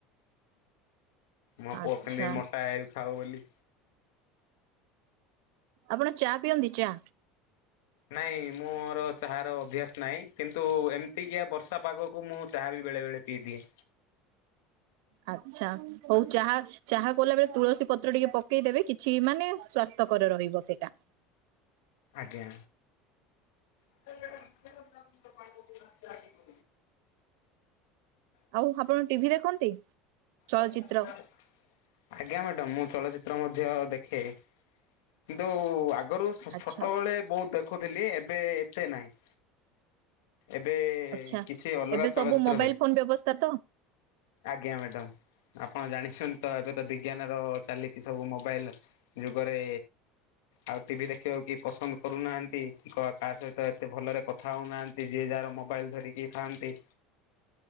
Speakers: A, on the right (about 75°); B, on the left (about 85°).
A: <inaudible>
B: ମୋ
A: ଆଚ୍ଛା
B: ପୁଅ କେମତି ମୋଟା ହେଇଥାଉ ବୋଲି।
A: ଆପଣ ଚା ପିଅନ୍ତି ଚା?
B: ନାଇଁ ମୋର ଚାହାର ଅଭ୍ୟାସ ନାହିଁ। କିନ୍ତୁ ଏମିତିକିଏ ବର୍ଷା ପାଗକୁ ମୁଁ ଚାହା ବି ବେଳେ ବେଳେ ପିଇଦିଏ।
A: ଆଛା ହଉ ଚାହା ଚାହା କଲା ବେଳେ ତୁଳସୀ ପତ୍ର ଟିକେ ପକେଇଦେବେ କିଛି ମାନେ ସ୍ଵାସ୍ଥକର ରହିବ ସେଇଟା।
B: ଆଜ୍ଞା। <inaudible>
A: ଆଉ ଆପଣ ଟିଭିି ଦେଖନ୍ତି? ଚଳଚିତ୍ର
B: <inaudible> ଆଜ୍ଞା ମ୍ୟାଡାମ୍ ମୁଁ ଚଳଚିତ୍ର ମଧ୍ୟ ଦେଖେ କିନ୍ତୁ ଆ ଗରୁ ଛୋଟବେଳେ
A: ଆଚ୍ଛା
B: ବହୁତ ଦେଖୁଥିଲି ଏବେ ଏତେ ନାହିଁ। ଏବେ
A: ଆଚ୍ଛା।
B: କିଛି ଅଲଗା
A: ଏବେ
B: ଚଳଚିତ୍ର
A: ସବୁ ମୋବାଇଲ
B: ଦେଖ
A: ଫୋନ ବ୍ୟବସ୍ଥା ତ
B: ଆଜ୍ଞା ମ୍ୟାଡ଼ାମ। ଆପଣ ଜାଣିଛନ୍ତିତ ଏବେ ତ ବିଜ୍ଞାନ ର ଚାଲିଛି ସବୁ ମୋବାଇଲ। ଯୁଗରେ ଆଉ ଟିଭି ଦେଖିବାକୁ କି ପସନ୍ଦ କରୁନାହାନ୍ତି କି କାହା ସହିତ ଏତେ ଭଲରେ କଥା ହଉନାହାନ୍ତି। ଯିଏ ଯାହାର ମୋବାଇଲ ଧରିକି ଥାଆନ୍ତି।